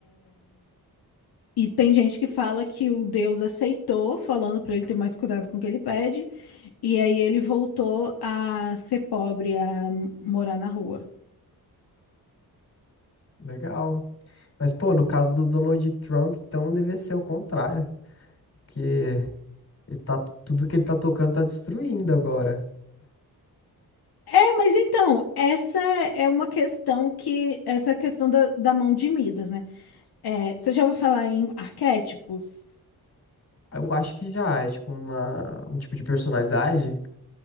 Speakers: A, on the left; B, on the left.
A: E tem gente que fala que o deus aceitou, falando para ele ter mais cuidado com o que ele pede, e aí ele voltou a ser pobre, a morar na rua.
B: Legal. Mas, pô, no caso do Donald Trump, então deve ser o contrário. Porque ele tá, tudo que ele tá tocando tá destruindo agora.
A: É, mas então, essa é uma questão que, essa é a questão da, da mão de Midas, né? É, você já vai falar em arquétipos?
B: Eu acho que já é tipo uma, um tipo de personalidade.